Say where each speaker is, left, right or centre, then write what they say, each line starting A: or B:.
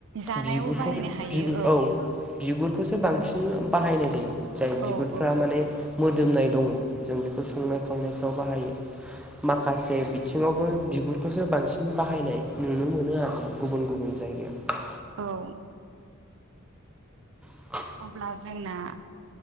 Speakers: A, on the right (about 65°); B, in the centre.
A: जानायावबो
B: बिगुरखौबो
A: बाहायनो हायो
B: बिगुर औ बिगुरखौसो बांसिन बाहायनाय जायो जाय बिगुरफ्रा
A: औ औ
B: माने मोदोमनाय दङ जों बेखौ संनाय खावनायफ्राव बाहायो। माखासे बिथिङावबो बिगुरखौसो बांसिन बाहायनाय नुनो मोनो आरोना गुबुन गुबुन जायगायाव।
A: औ
B: <inaudible>
A: अब्ला जोंना